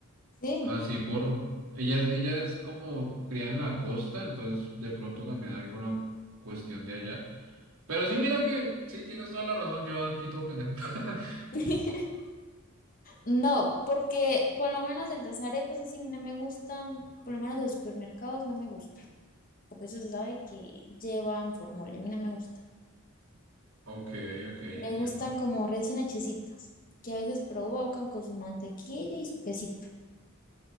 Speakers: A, on the left (about 40°); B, on the right (about 70°).
A: Sí.
B: así por... Ella, es- ella es como criada en la costa, entonces de pronto también hay alguna cuestión de allá. Pero sí, mira que sí, tienes toda la razón, yo aquí todo pendejo. <laughs>
A: <laughs> No, porque por lo menos el las arepas así no me gustan, por lo menos de los supermercados no me gustan, porque eso se sabe que llevan formol, a mí no me gusta.
B: Ok, ok, entiendo.
A: Me gustan como recién hechecitas, que a veces provocan con su mantequilla y su quesito.